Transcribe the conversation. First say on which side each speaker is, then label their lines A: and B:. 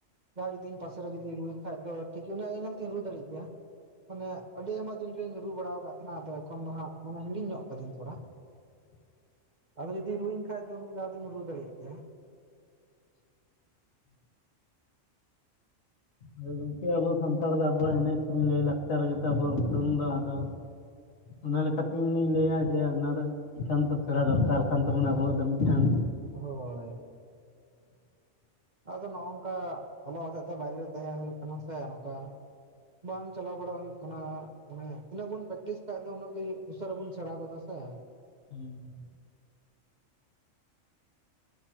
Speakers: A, on the right (about 35°); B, on the left (about 60°).
A: ᱡᱟᱦᱟᱸᱭ ᱡᱩᱫᱤ ᱤᱧ ᱯᱟᱥᱮᱨᱮ ᱡᱩᱫᱤ ᱨᱩᱭ ᱠᱷᱟᱡ ᱫᱚ ᱴᱷᱤᱠ ᱩᱱᱤᱭᱟᱜ ᱧᱮᱞ ᱧᱮᱞᱛᱤᱧᱚ ᱨᱩ ᱫᱟᱲᱮ ᱜᱮᱭᱟ ᱾ ᱢᱟᱱᱮ ᱟᱹᱰᱤ ᱟᱭᱢᱟ ᱫᱤᱱ ᱨᱤᱧ ᱨᱩ ᱵᱟᱲᱟ ᱟᱠᱟᱫ ᱛᱟᱦᱮᱸᱱᱟ ᱟᱫᱚ ᱮᱠᱷᱚᱱ ᱫᱚ ᱦᱟᱸᱜ ᱢᱟᱱᱮ ᱦᱤᱲᱤᱧ ᱧᱚᱜ ᱠᱟᱫᱟᱹᱧ ᱛᱷᱚᱲᱟ ᱾
B: <inaudible>
A: ᱟᱫᱚ ᱡᱩᱫᱤ ᱨᱩᱣᱟᱹᱧ ᱠᱷᱟᱡ ᱫᱚ ᱢᱤᱫ ᱫᱷᱟᱣ ᱫᱩᱧ ᱨᱩ ᱫᱟᱲᱮᱭᱟᱜ ᱜᱮᱭᱟ ᱾
B: ᱦᱳᱭ ᱜᱚᱝᱠᱮ ᱟᱵᱚ ᱥᱟᱱᱛᱟᱲ ᱫᱚ ᱟᱵᱚᱣᱟᱜ ᱮᱱᱮᱡ ᱥᱮᱨᱮᱧ ᱞᱟᱭᱼᱞᱟᱠᱪᱟᱨ ᱜᱮᱛᱚ ᱟᱵᱚᱣᱟᱜ ᱩᱯᱨᱩᱢ ᱫᱚ ᱟᱫᱚ ᱚᱱᱟ ᱞᱮᱠᱟᱛᱮ ᱤᱧ ᱫᱩᱧ ᱞᱟᱹᱭᱟ ᱡᱮ ᱚᱯᱱᱟᱨ ᱮᱠᱟᱱᱛᱚ ᱥᱮᱬᱟ ᱫᱚᱨᱠᱟᱨ ᱠᱟᱱ ᱛᱟᱵᱚᱱᱟ ᱟᱵᱚᱣᱟᱜ ᱫᱚ ᱢᱤᱫᱴᱟᱝ
A: ᱦᱳᱭ ᱾ ᱟᱫᱚ ᱱᱚᱜ ᱱᱚᱝᱠᱟ ᱚᱞᱚᱜ ᱦᱚᱛᱮᱡ ᱛᱮ ᱵᱟᱭᱨᱮ ᱨᱮ ᱛᱟᱦᱮᱸ ᱦᱩᱭᱩᱜ ᱠᱟᱱᱟ ᱥᱮ ᱱᱚᱝᱠᱟ ᱵᱟᱝ ᱪᱟᱞᱟᱣ ᱵᱟᱲᱟ ᱦᱩᱭᱩᱜ ᱠᱟᱱᱟ᱾ ᱢᱟᱱᱮ ᱛᱤᱱᱟᱹᱜ ᱵᱚᱱ ᱯᱨᱮᱠᱴᱤᱥ ᱠᱷᱟᱡ ᱫᱚ ᱩᱱᱟᱹᱜ ᱜᱮ ᱩᱥᱟᱹᱨᱟ ᱵᱚᱱ ᱥᱮᱬᱟ ᱜᱚᱫᱟ ᱥᱮ?
B: ᱦᱩᱸ ᱾